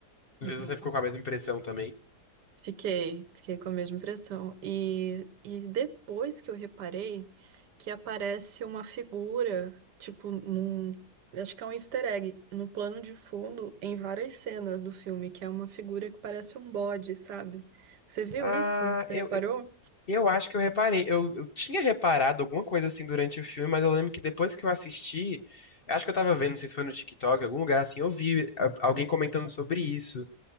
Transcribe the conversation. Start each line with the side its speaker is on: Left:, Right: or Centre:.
Left: Não
Right: Uhum.
Left: sei se você ficou com a mesma impressão também.
Right: Fiquei, fiquei com a mesma impressão. E, e depois que eu reparei que aparece uma figura, tipo, num. Acho que é um easter egg, no plano de fundo, em várias cenas do filme, que é uma figura que parece um bode, sabe? Você viu
Left: Ah,
Right: isso? Você
Left: eu,
Right: reparou?
Left: eu, eu acho que eu reparei. Eu, eu tinha reparado alguma coisa assim durante o filme, mas eu lembro que depois que eu assisti, eu acho que eu tava vendo, não sei se foi no TikTok, em algum lugar assim, eu vi a- alguém comentando sobre isso.